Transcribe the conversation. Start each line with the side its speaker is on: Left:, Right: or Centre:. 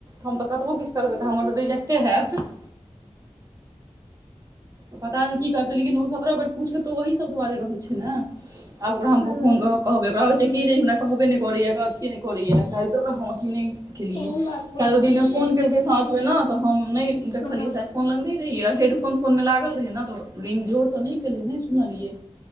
Right: हम तऽ कतबो किछु करबै तऽ हमर त रिजेक्टे हेऽत। त पता नहि की करतै लेकिन ओ सत्रह बेर पूछेतो ओहीसभ दुआरे रहै छै ने। आब ओकरा हम
Left: हँ
Right: फोन कऽ के कहबै ओकरा होइ छै कि जे हमरा। कहबे नहि करैए, अथी नहि करैए, काल्हिसँ ओकरा हम अथी नहि। केलियै
Left: एहन बात थोड़े
Right: काल्हि ओ
Left: छै
Right: दिन फोन
Left: गै
Right: केलकै साँझमेना तऽ हम नहि देखलियै
Left: हँ
Right: सा। फोन लगने रहि, हेडफोन फोनमे लागल रहै ने, तऽ रिंग जोरसँ नहि भेल रहै, नहि सुनलियै।